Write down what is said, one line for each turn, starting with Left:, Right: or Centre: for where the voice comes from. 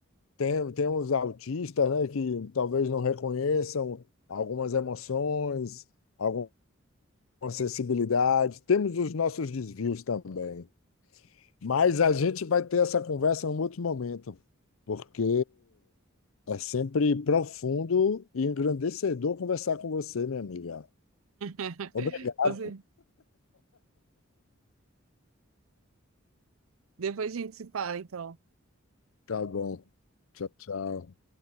Left: Tem, tem uns autistas, né, que talvez não reconheçam algumas emoções, alguma sensibilidade. Temos os nossos desvios também. Mas a gente vai ter essa conversa em um outro momento, porque é sempre profundo e engrandecedor conversar com você, minha amiga.
Right: <laughs>
Left: Obrigado.
Right: Você, depois a gente se fala, então.
Left: Tá bom. Tchau, tchau.